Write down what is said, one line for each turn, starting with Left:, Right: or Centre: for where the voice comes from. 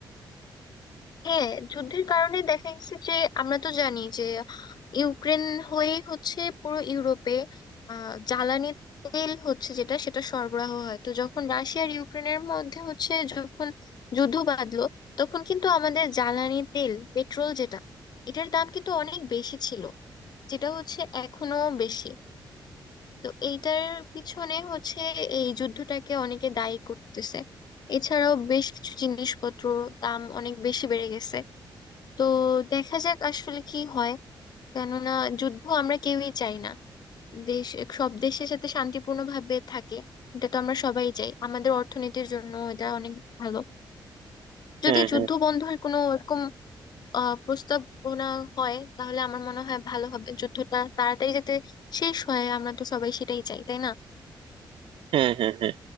Left: হ্যাঁ যুদ্ধের কারণে দেখা গেছে যে আমরা তো জানি যে ইউক্রেন হয়ে হচ্ছে পুরো ইউরোপে আহ, জ্বালানি তেল হচ্ছে যেটা সেটা সরবরাহ হয় তো যখন রাশিয়া আর ইউক্রেনের মধ্যে হচ্ছে যখন যুদ্ধ বাঁধলো তখন কিন্তু আমাদের জ্বালানি তেল পেট্রোল যেটা এটার দাম কিন্তু অনেক বেশি ছিল যেটা হচ্ছে এখনো বেশি তো এইটার পিছনে হচ্ছে এই যুদ্ধটাকে অনেকে দায়ী করতেছে এছাড়াও বেশ কিছু জিনিসপত্র দাম অনেক বেশি বেড়ে গেছে তো দেখা যাক আসলে কি হয় কেননা যুদ্ধ আমরা কেউই চাই না দেশ সব দেশের সাথে শান্তিপূর্ণ ভাবে থাকে এটা তো আমরা সবাই চাই আমাদের অর্থনীতির জন্য এটা অনেক ভালো যদি
Right: হ্যাঁ
Left: যুদ্ধ
Right: হ্যাঁ
Left: বন্ধের কোনো এরকম আহ প্রস্তাবনা হয় তাহলে আমার মনে হয় ভালো হবে যুদ্ধটা তাড়াতাড়ি যাতে শেষ হয় আমরা তো সবাই সেটাই চাই তাই না
Right: হ্যাঁ হ্যাঁ হ্যাঁ